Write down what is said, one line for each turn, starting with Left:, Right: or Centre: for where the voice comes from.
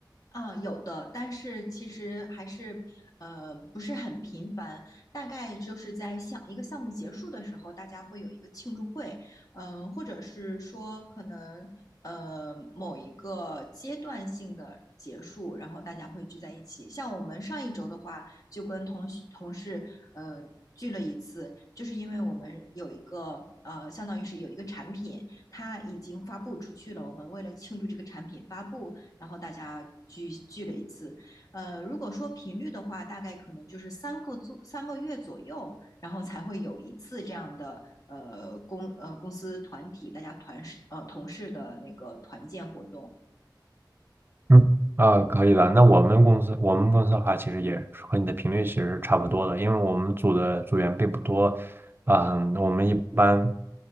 Left: 啊，有的，但是其实还是呃不是很频繁，大概就是在项一个项目结束的时候，大家会有一个庆祝会，呃，或者是说可能呃某一个阶段性的结束，然后大家会聚在一起。像我们上一周的话，就跟同学同事呃聚了一次，就是因为我们有一个呃相当于是有一个产品，它已经发布出去了，我们为了庆祝这个产品发布。然后大家聚聚了一次。呃，如果说频率的话，大概可能就是三个左三个月左右，然后才会有一次这样的呃公呃公司团体大家团呃同事的那个团建活动。
Right: 嗯，啊，可以的。那我们公司，我们公司的话，其实也是和你的频率其实是差不多的，因为我们组的组员并不多，啊，我们一般。